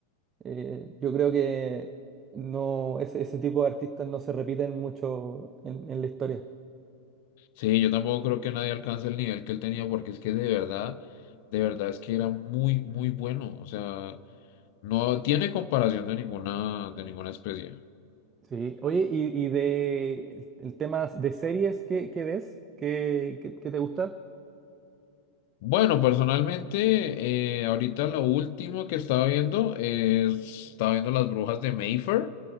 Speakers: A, on the right; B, on the left.
A: eh, yo creo que no, ese, ese tipo de artistas no se repiten mucho en, en la historia.
B: Sí, yo tampoco creo que nadie alcance el nivel que él tenía porque es que de verdad, de verdad es que era muy, muy bueno. O sea, no tiene comparación de ninguna, de ninguna especie.
A: Sí. Oye, y, y de el, el tema de series, ¿qué, qué ves? ¿Qué, qué- qué te gusta?
B: Bueno, personalmente, eh, ahorita lo último que estaba viendo es, estaba viendo Las Brujas de Mayfair,